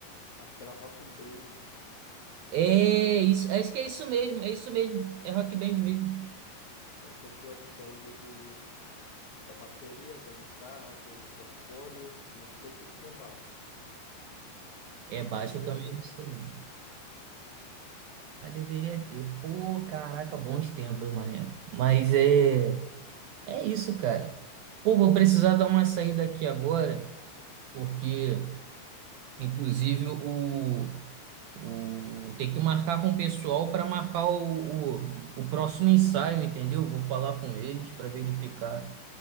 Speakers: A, on the left (about 45°); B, on the right (about 75°).
A: Acho que era Rock Band.
B: É isso, acho que é isso mesmo, é isso mesmo. É rock band mesmo.
A: Aí você tinha a opção de ir com, com a bateria, com a guitarra, com o microfone. Não sei se tinha baixo,
B: É baixo,
A: mas devia
B: eu também
A: ter
B: não
A: sim.
B: sei não. Mas deveria ter. Pô, caraca, bons tempos, mané. Mas é, é isso, cara. Pô, vou precisar dar uma saída aqui agora, porque Inclusive, o, o tem que marcar com o pessoal para marcar o, o, o próximo ensaio, entendeu? Vou falar com eles para verificar